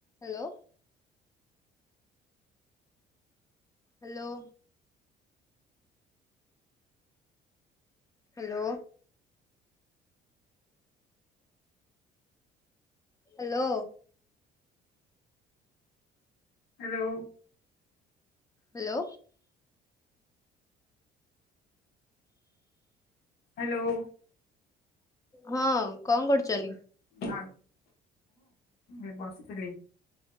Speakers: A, on the left; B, on the left.
A: Hello. Hello. Hello. Hello.
B: Hello.
A: Hello.
B: Hello ହଁ।
A: ହଁ କଣ କରୁଛନ୍ତି?
B: ହଁ ଏଇ ବସିଥିଲି